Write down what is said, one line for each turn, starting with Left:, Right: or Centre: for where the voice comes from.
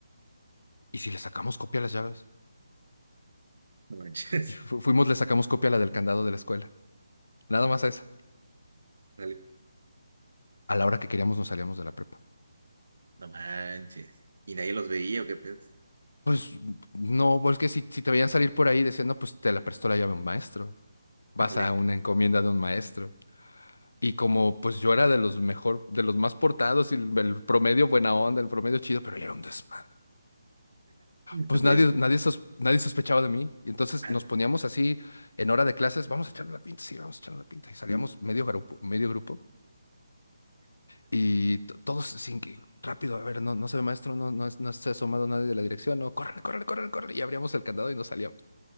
Left: y si le sacamos copia a las llaves?
Right: No manches.
Left: Y fu- fuimos, le sacamos copia a la del candado de la escuela, nada más a esa.
Right: <laughs> Dale.
Left: A la hora que queríamos nos salíamos de la prepa.
Right: No manches. Y nadie los veía, ¿o qué pedo?
Left: Pues no, porque si, si te veían salir por ahí diciendo, pues te la prestó la llave un maestro. Vas
Right: Ándale,
Left: a una encomienda de un maestro. Y como pues yo era de los mejor, de los más portados y el, el promedio buena onda, el promedio chido, pero yo era un desmadre. Pues
Right: te podías
Left: nadie,
Right: ocupar.
Left: nadie, sos- nadie sospechaba de mí. Y entonces
Right: Ah,
Left: nos poníamos así en hora de clases, vamos a echarle la pinta, sí, vamos a echarle la pinta. Y salíamos medio grupo, medio grupo. Y to- todos sin que, rápido, a ver, no, no se ve maestro, no, no, es- no se ha asomado nadie de la dirección, no, córrele, córrele, córrele, córrele. Y abríamos el candado y nos salíamos.